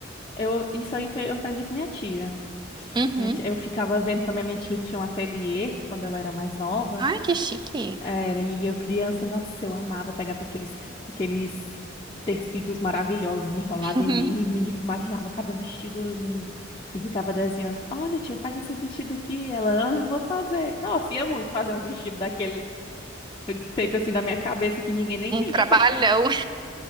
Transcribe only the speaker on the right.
Uhum.
Ai, que chique.
<laughs>
Um
trabalhão.